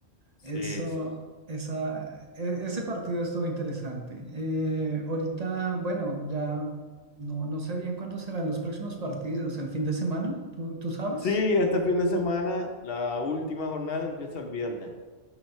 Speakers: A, on the left; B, on the right.
A: Sí,
B: Eso,
A: sí,
B: esa, e- ese partido estuvo interesante. Eh, ahorita, bueno, ya no, no sé bien cuándo serán los próximos partidos, el fin de semana, ¿tú, tú sabes?
A: Sí, este fin de semana, la última jornada empieza el viernes